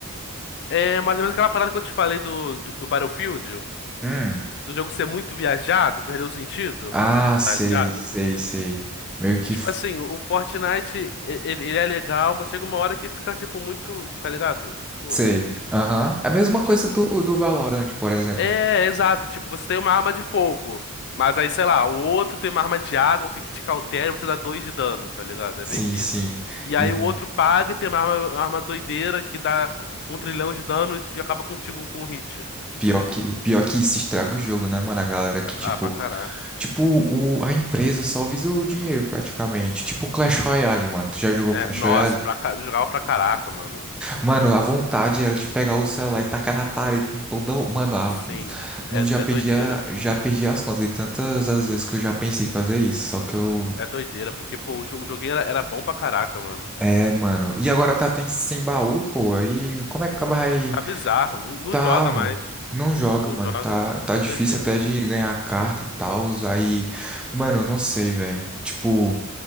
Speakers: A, on the left; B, in the centre.
A: é mais ou menos aquela parada que eu te falei do, do, do Battlefield,
B: Hum.
A: do jogo ser muito viajado, perder o sentido,
B: Ah, sei,
A: tá ligado?
B: sei, sei. Meio que
A: Tipo assim, o Fortnite, e- ele, ele é legal, mas chega uma hora que fica, tipo, muito, tá ligado? Pô,
B: Sei. Aham. É a mesma coisa
A: tipo,
B: do, do Valorant, por exemplo.
A: É, exato. Tipo, você tem uma arma de fogo, mas aí, sei lá, o outro tem uma arma de água que que te cautela e você dá dois de dano, tá ligado? É
B: Sim,
A: meio que
B: sim.
A: isso. E aí
B: Exato.
A: o outro paga e tem uma arma, uma arma doideira que dá um trilhão de dano e acaba contigo com um hit. Tipo
B: Pior
A: isso.
B: que, pior que isso estraga o jogo, né, mano? A galera que, tipo,
A: Ah, pra caraca.
B: tipo o, a empresa só visa o dinheiro praticamente. Tipo Clash Royale, mano. Tu já jogou
A: É,
B: Clash
A: nossa,
B: Royale?
A: pra, ca- eu jogava pra caraca, mano.
B: Mano, a vontade era de pegar o celular e tacar na parede com toda. Mano, a-
A: Sim,
B: não
A: é,
B: já perdi,
A: é doideira.
B: a- já perdi as contas de tantas as vezes que eu já pensei em fazer isso. Só que eu.
A: É doideira, porque, pô, o, jo- o joguinho era, era bom pra caraca, mano.
B: É, mano. E agora tá até sem baú, pô. Aí como é que acaba aí?
A: Tá bizarro, não, não
B: Tá,
A: joga
B: mano.
A: mais.
B: Não joga,
A: Não
B: mano.
A: joga.
B: Tá, tá
A: É
B: difícil
A: doideira.
B: até de ganhar carta e tal. Aí, mano, não sei, velho. Tipo,